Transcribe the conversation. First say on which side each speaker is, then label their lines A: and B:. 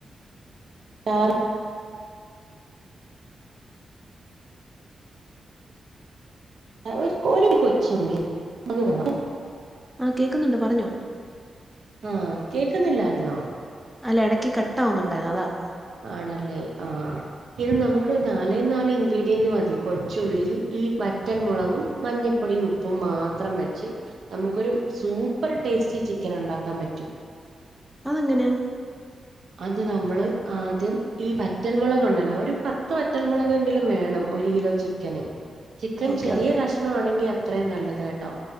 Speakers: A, on the right; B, in the centre.
A: <unintelligible> ആഹ് ഒരു കൊച്ചുള്ളി നമുക്ക് വേണം.
B: ആ കേക്കുന്നുണ്ട് പറഞ്ഞോ.
A: ആഹ് കേക്ക്‌ന്നില്ലായിരുന്നോ?
B: അല്ല എടയ്ക്ക് കട്ടാവുന്നുണ്ടായിരുന്നു അതാണ്.
A: ആണല്ലേ? ആഹ്. ഇത് നമുക്ക് നാലേ നാല് ഇൻഗ്രീഡിയന്റ് മതി കൊച്ചുള്ളിയും ഈ വറ്റൽമുളകും മഞ്ഞ പൊടിയും ഉപ്പും മാത്രം വെച്ച് നമുക്കൊരു സൂപ്പർ ടേസ്റ്റി ചിക്കനൊണ്ടാക്കാൻ പറ്റും.
B: അതെങ്ങനാ?
A: അത് നമ്മള് ആദ്യം ഈ വറ്റൽമുളകൊണ്ടല്ലോ ഒരു പത്ത് വറ്റൽ മുുളകെങ്കിലും വേണം. ഒരു കിലോ ചിക്കന്. ചിക്കൻ
B: ഓക്കെ
A: ചെറിയ
B: ഓക്കെ
A: കഷ്ണണെങ്കി അത്രയും നല്ലത് കെട്ടോ.